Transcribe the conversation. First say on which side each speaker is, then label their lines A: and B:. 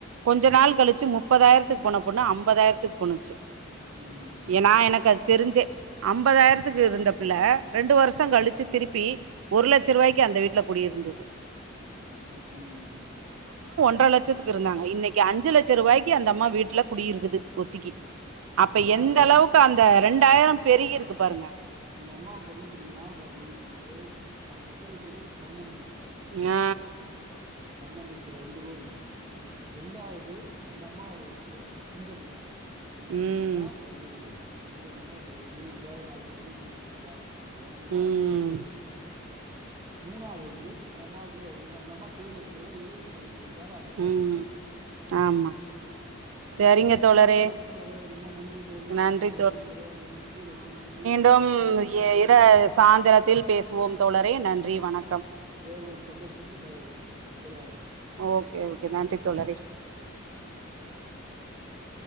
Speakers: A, on the right; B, on the right.
A: கொஞ்ச நாள் கழிச்சு முப் முப்பதாயிரத்துக்கு போன பொண்ணு அம்பதாயிரத்துக் போணுச்சி
B: ம் ம்
A: ஏனா எனக்கு அது தெரிஞ்சே அம்பத் க்கு இருந்த பிள்ள ரெண்டு வருஷோ
B: ம்
A: கழுச்சி திருப்பி ஒரு லட்ச ருவாய்க்கு அந்த வீட்ல குடி இருந்தது
B: <unintelligible> ம்
A: ஒன்ற லட்சத்துக்கு இருந்தாங்க இன்னைக்கு அஞ்சு லட்ச ரூவாய்கி அந்தம்மா வீட்ல குடியிருக்குது ஒத்திக்கி
B: பாத்தீங்களா
A: அப்ப எந்த
B: எ
A: அளவுக்கு அந்த ரெண்டாயிரம் பெரிகிருக்கு பாருங்க
B: அந்த அம்மாவுக்கு என்ன தெரிமா வா ஒண்ணு இது முதல் முதல் தன்னம்பிக்கை
A: ஆ
B: தன்னம்பிக்கப்படி வந்துரோம் அப்டி ரெண்டாவுது அந்த அம்மாவோட வந்து சிந்தனை என்னன்னு
A: ம்
B: தெரியமா செரி சிந்தனை அந்த ஒரு நூறுபாய் நாளை வந்து நூத்திபத்ருவாக் ணு எர்நூறுவாக்கணு
A: ம்
B: அப்டி ஒரு சிந்தனை மூணாது வந்து அந்த அம்மாவுக்கு நீ அந்த அம்மா செய்றதுக்கெல்லா இறைவன் துணை இருந்திருக் தேவ அதிஷ்டம்
A: ம்
B: கை குத்தது
A: ஆமா
B: அத்தா
A: சரிங்க தோழரே
B: சரி தோழரே ரொம்ப நன்றி தோழி
A: நன்றி
B: தங்களுடன் உரையாடியமைக்கு ரொம்ப நன்றி
A: கம்
B: வேறொரு சந்தர்ப்பத்தில்
A: எ இர சாந்தரத்தில் பேசுவோம் தோழரே நன்றி
B: ஆமா
A: வணக்கம்
B: வேறொரு சந்தர்ப்பத்தில் ப உரையாடலாம்
A: ஓகே ஓகே நன்றி தோழரே
B: <inaudible>